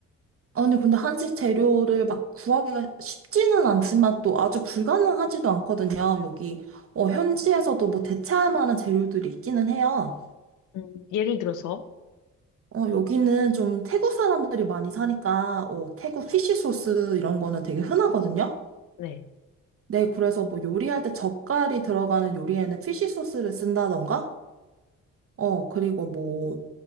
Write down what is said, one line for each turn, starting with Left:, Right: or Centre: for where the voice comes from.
Right: 아니, 근데 한식 재료를 막 구하기가 쉽지는 않지만 또 아주 불가능하지도 않거든요. 여기, 어, 현지에서도 뭐 대체할 만한 재료들이 있기는 해요.
Left: 음, 예를 들어서.
Right: 어, 여기는 좀 태국 사람들이 많이 사니까, 어, 태국 피쉬 소스 이런 거는 되게 흔하거든요.
Left: 네.
Right: 네, 그래서 뭐 요리할 때 젓갈이 들어가는 요리에는 피쉬 소스를 쓴다던가, 어, 그리고 뭐,